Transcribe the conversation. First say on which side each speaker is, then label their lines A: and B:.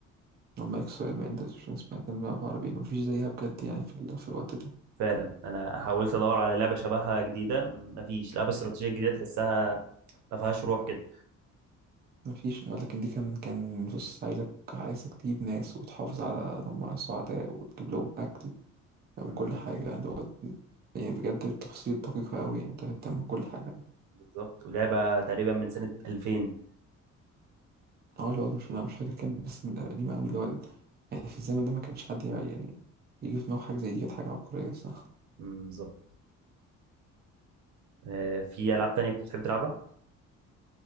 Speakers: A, on the right; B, on the right.
A: لما يكسروا يبقى ده مش اسمها كلمة بعربي مفيش زيها بجد يعني في, ال... في الوقت ده
B: فعلا انا حاولت ادور على لعبة شبهها جديدة مفيش لعبة استراتيجية جديدة تحسها ما فيهاش روح كده
A: مفيش آه، لكن دي كان كان بص عايزك عايزك تجيب ناس وتحافظ على إن هم سعداء وتجيب لهم أكل فاهم
B: مم.
A: كل حاجة اللي هو يعني بجد بالتفاصيل دقيقة أوي يعني أنت بتهتم بكل حاجة
B: بالظبط ولعبة تقريبا من سنة 2000
A: اه اللي هو مش أنا مش فاكر كام بس قديمة أوي اللي هو ال- يعني في الزمن ده ما كانش حد يع- يعني يجي في دماغه حاجة زي دي كانت حاجة عبقرية صح
B: مم. بالظبط آه في العاب تانية كنت بتحب تلعبها